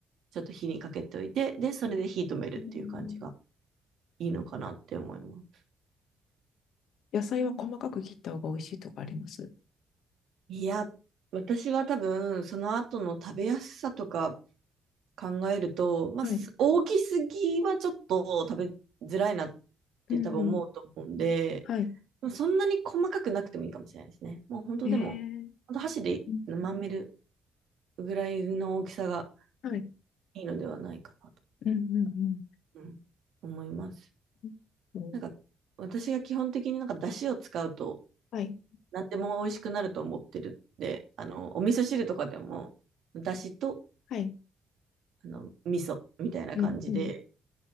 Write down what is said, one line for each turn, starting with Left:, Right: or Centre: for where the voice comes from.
Right: ちょっと火にかけておいて、で、それで火止めるっていう感じが
Left: うんうん
Right: いいのかなって思います。
Left: 野菜は細かく切った方が美味しいとかあります。
Right: いや、私は多分、その後の食べやすさとか考えると、まあ、
Left: はい。
Right: 大きすぎはちょっと食べづらいなって多分思うと思うんで、
Left: うん。はい。
Right: もそんなに細かくなくてもいいかもしれないですね。もう本当でも、
Left: えー、
Right: 本当箸でまめる
Left: うん
Right: ぐらいの大きさが
Left: はい。
Right: いいのではないかなと、
Left: うんうん
Right: うん思います。
Left: うんそう
Right: なんか私が基本的になんか出汁を使うと
Left: はい。
Right: 何でも美味しくなると思ってるんで、あの、お味噌汁とかでも出汁と
Left: はい。
Right: あの味噌みたいな感じで
Left: うんうん。